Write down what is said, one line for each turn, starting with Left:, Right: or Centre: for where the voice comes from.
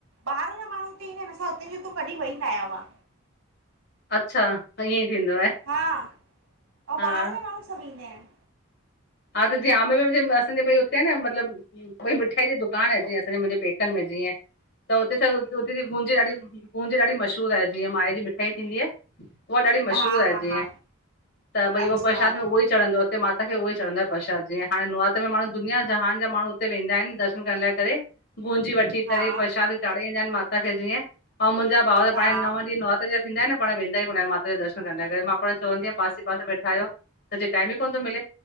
Right: ॿाहिरां जा माण्हू हिते ईंदा आहिन असां हुते जा हूं त कॾी वेई न आयां मां।
Left: अच्छा! ईअं ई थींदो आहे।
Right: हा, अंउ
Left: हा
Right: ॿाहिर जा माण्हू सब ईंदा आहिन।
Left: हा त जिंअ आमेर में जे असांजे भई हुते आए न मतिलबु कोई मिठाई जी दुकान आहे जीअं असांजे मुंहिंजे पेकन में भेजणी <unintelligible> आए त हुते त हुते जी बूंदी ॾाढी, बूंदी ॾाढी मशहूरु आहे, जीअं माए जी मिठाई थींदी आ। उहा ॾाढी मशहूर
Right: हा
Left: आहे
Right: हा
Left: जीअं
Right: हा
Left: त भई उ
Right: अच्छा
Left: प्रसाद में उहो ई चढ़ंदो आ, हिते माता खे हो च़ंङदो आहे प्रशाद जीअं, हांणे नवरातन में माण्हू दुनिया जहान जा माण्हू हुते वेंदा आहिन द ॻाल्हाए करेे गूंजी वठी
Right: हा
Left: करे प्रशाद चाढ़ाई ईंदा आहिन माता खे जीअं, अंउ मुंहिंजा भाव त
Right: हा
Left: पाण नव ॾींहं नव जा थींन्दा आहिन न, पाण वेंदा ई कोन आइन माता दर्शन करण लाइ करे, मां पाण चवंदी आहियां पासे- पासे में वेठा आहियो। सॼे टाइम ई कोन थो मिले